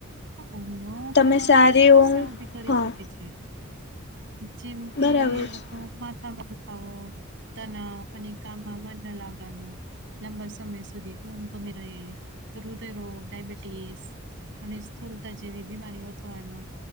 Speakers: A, on the right; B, on the left.
A: ઊંઘ નો
B: તમે
A: પ્રભાવ
B: સારી
A: અનેક સમસ્યા
B: ઊંઘ
A: ઉભી કરી
B: હા
A: શકે છે. જેમ કે
B: બરાબર
A: આપણો
B: છે.
A: માથામાં દુખાવો. તનાવ અને કામમાં મન ન લાગવાનું. લાંબા સમય સુધી ઊંઘ કમી રહે તો હૃદયરોગ, ડયાબિટીસ. અને સ્થૂલતા જેવી બીમારીઓ થવાનું